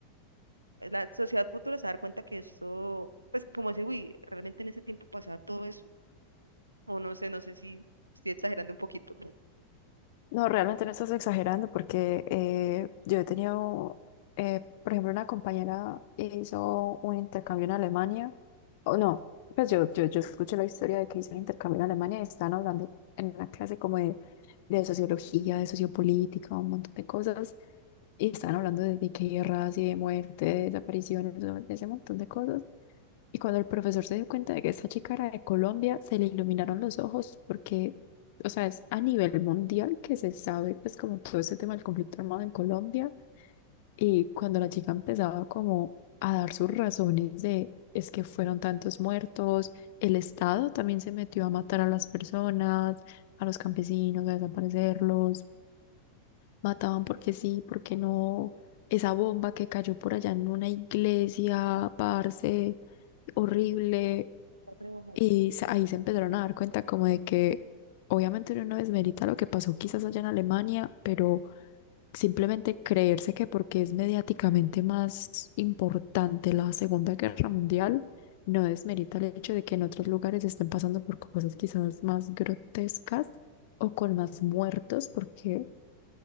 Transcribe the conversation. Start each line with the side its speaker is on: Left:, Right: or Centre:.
Right: Pues, La sociedad futura se va a dar cuenta que esto, pues como decir, uy, realmente en ese tiempo pasaba todo eso, o no sé, no sé si estoy exagerando un poquito.
Left: No, realmente no estás exagerando porque eh, yo he tenido, eh, por ejemplo, una compañera hizo un intercambio en Alemania, o no, pues yo, yo, yo escuché la historia de que hizo un intercambio en Alemania y estaban hablando en una clase como de, de sociología, de sociopolítica, un montón de cosas, y estaban hablando de, de guerras y de muerte, de desapariciones, de ese montón de cosas. Y cuando el profesor se dio cuenta de que esa chica era de Colombia, se le iluminaron los ojos porque, o sea, es a nivel mundial que se sabe, pues como todo este tema del conflicto armado en Colombia. Y cuando la chica empezaba como a dar sus razones de es que fueron tantos muertos, el Estado también se metió a matar a las personas, a los campesinos, a desaparecerlos, mataban porque sí, porque no, esa bomba que cayó por allá en una iglesia, parce horrible.
Right: Va a trabajar.
Left: Y se- ahí se empezaron a dar cuenta como de que obviamente uno no desmerita lo que pasó quizás allá en Alemania, pero simplemente creerse que porque es mediáticamente más importante la Segunda Guerra Mundial, no desmerita el hecho de que en otros lugares estén pasando por cosas quizás más grotescas o con más muertos, porque